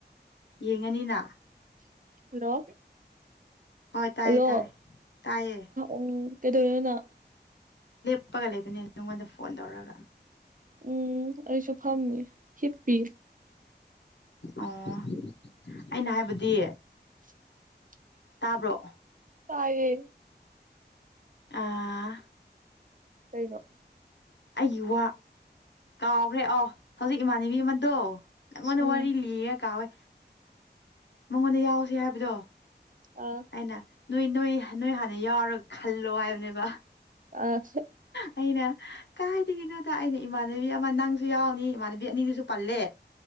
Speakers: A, on the left; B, on the right.
A: ꯌꯦꯡꯉꯅꯤꯅ
B: ꯍꯜꯂꯣ
A: ꯍꯣꯏ ꯇꯥꯏꯌꯦ
B: ꯍꯜꯂꯣ
A: ꯇꯥꯏꯌꯦ ꯇꯥꯏꯌꯦ
B: ꯎ ꯀꯩꯗꯧꯅꯣꯅ
A: ꯀꯞꯄꯒ ꯂꯩꯕꯅꯦ ꯅꯉꯣꯟꯗ ꯐꯣꯟ ꯇꯧꯔꯒ
B: ꯎꯝ ꯑꯩꯁꯨ ꯐꯝꯃꯤ ꯍꯈꯤꯞꯄꯤ
A: ꯑꯣ ꯑꯩꯅ ꯍꯥꯏꯕꯗꯤ
B: <inaudible>
A: ꯇꯥꯕ꯭ꯔꯣ
B: ꯇꯥꯏꯌꯦ
A: ꯑꯥ
B: ꯀꯩꯒ
A: ꯑꯩꯒꯤ ꯋꯥ ꯀꯥꯎꯈ꯭ꯔꯦ ꯑꯣ ꯍꯧꯖꯤꯛ ꯏꯃꯥꯟꯅꯕꯤ ꯑꯃꯗꯣ ꯅꯪꯉꯣꯟꯗ
B: ꯎꯝ
A: ꯋꯥꯔꯤ ꯂꯤꯒ ꯀꯥꯎꯋꯦ ꯃꯉꯣꯟꯗ ꯌꯥꯎꯁ ꯍꯥꯏꯕꯗꯣ
B: ꯑꯥ
A: ꯑꯩꯅ ꯅꯣꯏ ꯅꯣꯏ ꯅꯣꯏ ꯍꯥꯟꯅ ꯌꯥꯎꯔꯒ ꯈꯜꯂꯣ ꯍꯥꯏꯕꯅꯦꯕ
B: ꯑ
A: ꯑꯩꯅ ꯀꯥꯏꯗꯒꯤꯗꯒꯤꯅꯣꯗ ꯑꯩꯅ ꯏꯃꯥꯟꯅꯕꯤ ꯑꯃ ꯅꯪꯁꯨ ꯌꯥꯎꯅꯤ ꯏꯃꯥꯟꯅꯕꯤ ꯑꯅꯤꯗꯨꯁꯨ ꯄꯜꯂꯦ